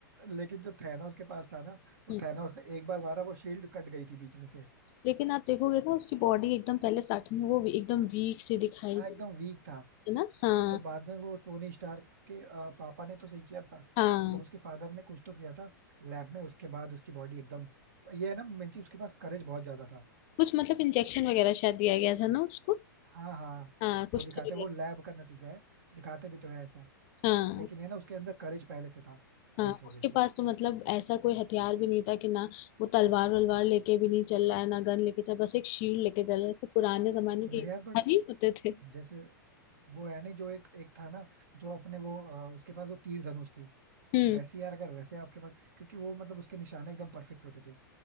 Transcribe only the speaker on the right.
लेकिन जो थैनोस के पास था ना वो
थैनोस ने एक बार मारा वो शील्ड कट गई थी बीच में से
हाँ
एकदम वीक था
तो बाद में वो टोनी स्टार्क के अ, पापा ने तो सही किया था मतलब
उसके फादर ने कुछ तो किया था लैब में उसके बाद उसकी बॉडी एकदम ये है ना मेन चीज उसके पास करेज बहुत ज्यादा था
हाँ हाँ
वो दिखाते
वो लैब का नतीजा है दिखाते भी तो है ऐसा
लेकिन है ना उसके अंदर करेज पहले से था
तो इस वजह
से
नहीं
यार बट
जैसे वो है नहीं जो एक एक था ना जो अपने वो अ, उसके पास वो तीर धनुष थी
वैसे यार अगर वैसे आपके पास क्योंकि वो मतलब उसके निशाने एकदम परफेक्ट होते थे